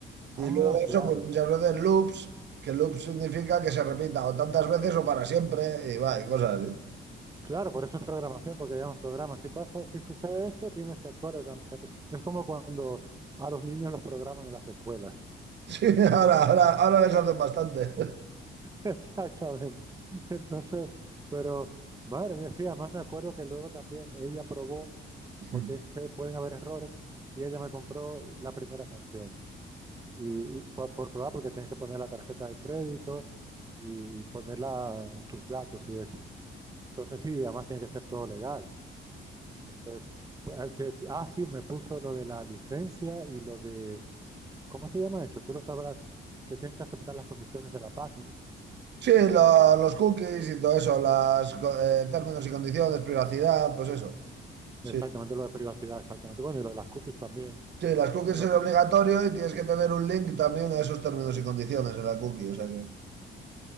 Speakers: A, on the right; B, on the right.
A: ah,
B: Y luego
A: claro.
B: eso, pues muchas veces loops, que loop significa que se repita o tantas veces o para siempre. Y va, y cosas así. <laughs>
A: Claro, por eso es programación, porque digamos, programa, si pasa, si sucede esto, tienes que actuar. de tam- te- Es como cuando a los niños los programan en las escuelas.
B: Sí, ahora, ahora, ahora les hacen bastante.
A: <laughs> Exactamente. Entonces, pero, madre mía, sí, además me acuerdo que luego también ella probó,
B: <laughs>
A: porque dice, pueden haber errores, y ella me compró la primera canción. Y, y po- por, probar, porque tienes que poner la tarjeta de crédito y, y poner la- tus datos y eso. Entonces, sí, además tiene que ser todo legal. Entonces, pues, ah, te- ah, sí, me puso lo de la licencia y lo de, ¿cómo se llama esto? Tú lo sabrás, que tienes que aceptar las condiciones de la página.
B: Sí, lo- los cookies y todo eso, las eh, términos y condiciones, privacidad, pues eso. Sí.
A: Exactamente, lo de privacidad, exactamente. Bueno, y lo de las cookies también,
B: Sí, las cookies
A: pero,
B: es obligatorio y tienes que tener un link también a esos términos y condiciones en la cookie, o sea que.